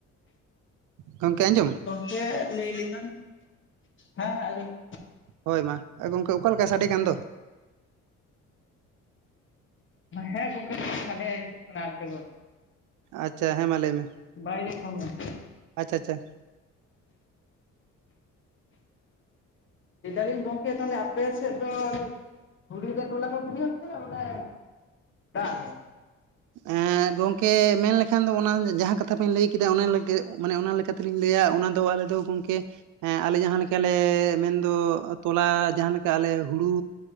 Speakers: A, on the right; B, on the left.
A: ᱜᱚᱝᱠᱮ ᱟᱸᱡᱚᱢ?
B: ᱪᱮᱫ ᱞᱟᱸᱭ ᱞᱮᱫᱟᱢ, ᱦᱮᱸ ᱦᱮᱸ ᱟᱸᱡᱚᱜ
A: ᱦᱳᱭ ᱢᱟ ᱮ ᱜᱚᱢᱠᱮ ᱚᱠᱟᱞᱮᱠᱟ ᱥᱟᱰᱮ ᱠᱟᱱ ᱫᱚ?
B: ᱦᱮᱸ ᱜᱚᱢᱠᱮ ᱥᱟᱰᱮ ᱦᱤᱡᱩᱜ ᱠᱟᱱᱟ ᱦᱟᱱᱛᱮ ᱠᱷᱚᱱ ᱾
A: ᱟᱪᱪᱷᱟ ᱦᱮᱸ ᱢᱟ ᱞᱟᱹᱭ ᱢᱮ ᱾
B: ᱵᱟᱦᱨᱮ ᱠᱷᱚᱱ ᱜᱮ ᱾
A: ᱟᱪᱪᱷᱟ ᱟᱪᱪᱷᱟ ᱾
B: ᱞᱟᱹᱭ ᱫᱟᱞᱤᱧ ᱜᱚᱝᱠᱮ ᱛᱟᱦᱚᱞᱮ ᱟᱯᱮ ᱥᱮᱫ ᱫᱚ ᱦᱩᱲᱩ ᱨᱮ ᱛᱚᱞᱟ ᱠᱚ ᱜᱤᱰᱤ ᱟᱥᱮ ᱢᱟᱱᱮ ᱫᱟᱜ ᱨᱮ ᱾
A: ᱮᱸ ᱜᱚᱝᱠᱮ ᱢᱮᱱᱞᱮᱠᱷᱟᱱ ᱫᱚ ᱚᱱᱟ ᱡᱟᱦᱟᱸ ᱠᱟᱛᱷᱟ ᱵᱮᱱ ᱞᱟᱹᱭ ᱠᱮᱫᱟ ᱚᱱᱟ <unintelligible> ᱢᱟᱱᱮ ᱚᱱᱟ ᱞᱮᱠᱟᱛᱮ ᱛᱤᱞᱤᱧ ᱞᱟᱹᱭᱟ ᱚᱱᱟ ᱫᱚ ᱟᱞᱮ ᱫᱚ ᱜᱚᱢᱠᱮ ᱦᱮᱸ ᱟᱞᱮ ᱡᱟᱦᱟᱸ ᱞᱮᱠᱟᱞᱮ ᱢᱮᱱᱫᱚ ᱛᱚᱞᱟ ᱡᱟᱦᱟᱸ ᱞᱮᱠᱟ ᱟᱞᱮ ᱦᱩᱲᱩ